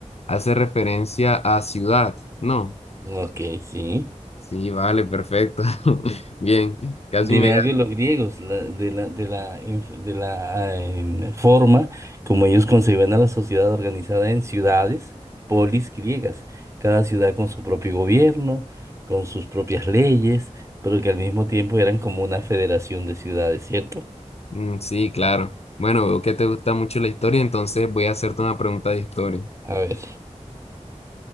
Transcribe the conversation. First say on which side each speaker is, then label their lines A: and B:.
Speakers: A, on the left; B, on the right.
A: hace referencia a ciudad, ¿no?
B: Ok, sí.
A: Sí, vale, perfecto. <laughs> Bien, casi
B: Dime
A: me...
B: algo de los griegos, la- de la, de la, inf- de la em, forma como ellos concebían a la sociedad organizada en ciudades, polis griegas, cada ciudad con su propio gobierno, con sus propias leyes, pero que al mismo tiempo eran como una federación de ciudades, ¿cierto?
A: Mm, Sí, claro. Bueno, veo que te gusta mucho la historia, entonces voy a hacerte una pregunta de historia.
B: A ver,